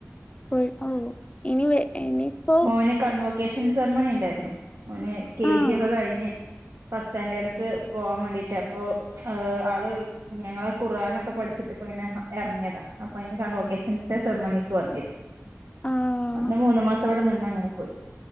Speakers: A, on the left; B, on the right.
A: പോയി ഓഹ് ഇനി വെ ഇനിപ്പോ
B: ഓന് കൺവക്കേഷൻ സെർമണിണ്ടായിരുന്നു ഓന് കേ
A: ആഹ്
B: ജി ഒക്ക കഴിഞ്ഞ് ഫസ്റ്റ് സ്റ്റാൻറ്റേഡ്ക്ക് പോവാൻ വാണ്ടീട്ട് അപ്പൊ ഏഹ് ആള് ഞങ്ങളാ ഖുർആനൊക്കെ പഠിച്ചിട്ട്പ്പ ഇങ്ങനെ എറങ്ങിയതാ അപ്പൊ അയ്ന്റെതാ ലൊക്കേഷന്റെ സെർമണിക്ക് <unintelligible>
A: ആഹ്
B: അന്ന് മൂന്ന് മാസം ഇവടെ നിന്ന് അങ്ങനെ പോയി